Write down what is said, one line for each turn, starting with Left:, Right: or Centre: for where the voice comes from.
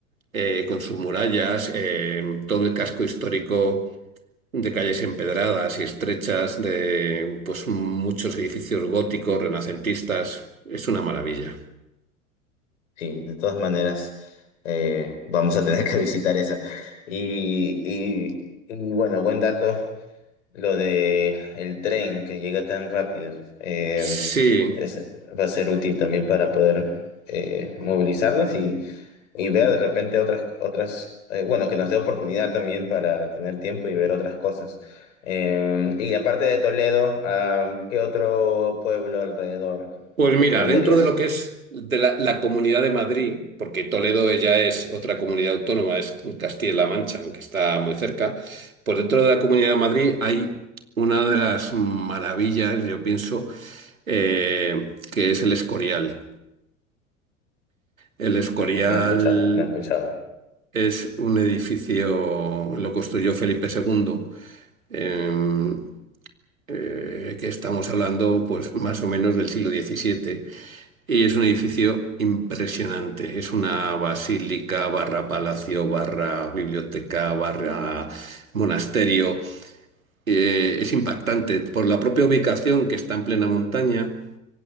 Right: eh, con sus murallas, eh, todo el casco histórico de calles empedradas y estrechas, de pues muchos edificios góticos, renacentistas. Es una maravilla.
Left: Sí, de todas maneras, eh, vamos a tener que <laughs> visitar esa. Y, y, y bueno, buen dato Lo de el tren que llega tan rápido eh,
Right: Sí,
Left: es- va a ser útil también para poder eh, movilizarnos y, y ver de repente otras, otras eh, bueno, que nos dé oportunidad también para tener tiempo y ver otras cosas. Eh, y aparte de Toledo, ah, ¿qué otro pueblo alrededor
Right: pues
Left: recomendarías?
Right: mira, dentro de lo que es de la, la Comunidad de Madrid, porque Toledo ya es otra comunidad autónoma, es Castilla-La Mancha, aunque está muy cerca, pues dentro de la Comunidad de Madrid hay una de las maravillas, yo pienso, eh, que es el Escorial. El Escorial
Left: No, no, no he escuchado, no he escuchado.
Right: Es un edificio, lo construyó Felipe II, em, eh, que estamos hablando pues más o menos del siglo XVII, y es un edificio impresionante. Es una basílica barra palacio, barra biblioteca, barra monasterio. Eh, es impactante por la propia ubicación que está en plena montaña